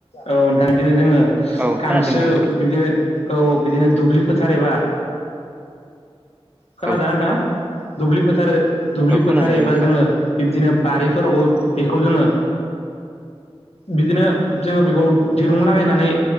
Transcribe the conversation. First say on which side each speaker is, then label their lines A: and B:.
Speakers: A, on the left; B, on the right.
A: औ नोंथां बिदिनो जोङो
B: औ
A: गांसो
B: खोनादों दे नोंथां
A: बिदिनो औ बिदिनो दुब्लि फोथार एबा खोनादोना
B: औ
A: नोंथाङा? दुब्लि फोथार दुब्लि
B: औ खोनादों
A: फोथार एबा
B: दे नोंथां
A: जोङो बिब्दिनो बारिफोरावबो बेखौ जोङो बिदिनो जोङो बेखौ दिरुं लागायनानै